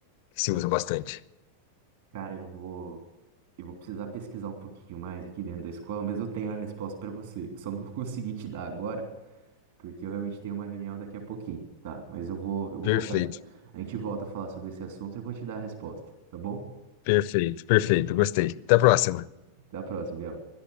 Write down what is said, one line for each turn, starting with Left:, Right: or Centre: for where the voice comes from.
Left: que se usa bastante?
Right: Cara, eu vou, eu vou precisar pesquisar um pouquinho mais aqui dentro da escola, mas eu tenho a resposta pra você. Eu só não vou conseguir te dar agora, porque eu realmente tenho uma reunião daqui a pouquinho, tá? Mas eu vou, eu vou
Left: Perfeito,
Right: voltar. A gente volta a falar sobre esse assunto e eu vou te dar a resposta, tá bom?
Left: perfeito, perfeito. Gostei. Até a próxima.
Right: Até a próxima, Biel.